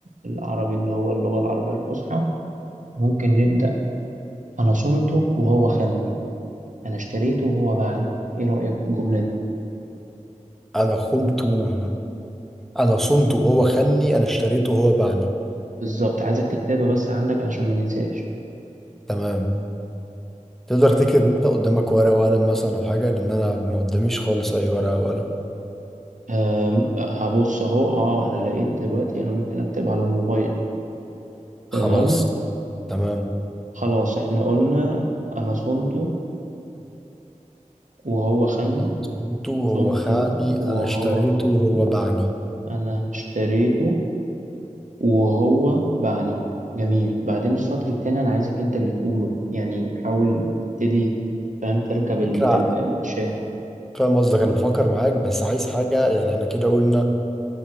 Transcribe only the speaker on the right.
العربي اللي هو اللغة العربية الفصحى ممكن نبدأ أنا صنته وهو خني أنا اشتريته وهو باعني إيه رأيك في الجملة دي؟
بالظبط عايزك تكتبها بس عندك علشان ما ننساش
آم، هبص أهو أه أنا لقيت دلوقتي أنا ممكن أكتب على الموبايل
تمام
خلاص إحنا قلنا أنا صنته وهو خني
صنته
وهو
خني
أنا اشتريته وهو باعني جميل بعدين السطر التاني انا عايزك انت اللي تقوله يعني حاول تبتدي فاهم تركب ال
ال ال- الشعر